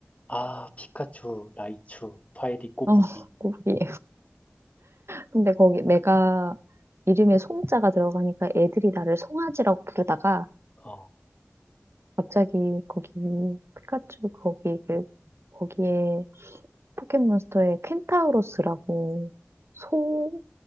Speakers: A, on the left; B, on the right.
A: 아, 피카츄, 라이츄, 파이리, 꼬부기.
B: 어, <laughs> 꼬리에. 근데 거기 내가 이름에 송자가 들어가니까 애들이 나를 송아지라고 부르다가
A: 어,
B: 갑자기 거기 피카츄 거기 그 거기에 포켓몬스터에 켄타우로스라고 소